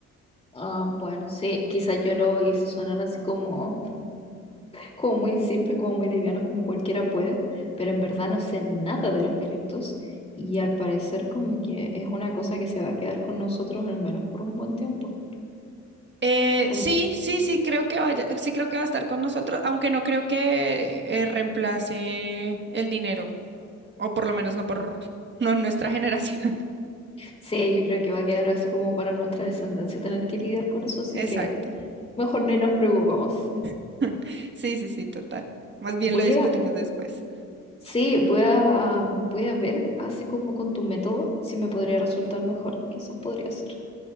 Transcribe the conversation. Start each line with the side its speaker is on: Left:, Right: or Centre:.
Left: Ah, bueno, sí, quizás yo lo hice sonar así como, como muy simple, como muy liviano, como cualquiera puede, pero en verdad no sé nada de los criptos y al parecer como que es una cosa que se va a quedar con nosotros al menos por un buen tiempo.
Right: Eh,
Left: Com-
Right: sí, sí, sí creo que vaya, sí creo que va a estar con nosotros, aunque no creo que eh, reemplace el dinero, o por lo menos no por <laughs> no en nuestra generación. <laughs>
Left: Sí, yo creo que va a quedar así como para nuestra descendencia tener que lidiar con eso, así
Right: Exacto.
Left: que mejor ni nos preocupamos.
Right: <laughs> Sí, sí, sí, total. Más bien
Left: Voy
Right: lo discutimos
Left: a,
Right: después.
Left: sí, voy a, voy a ver así como con tu método si me podría resultar mejor, quizás podría ser.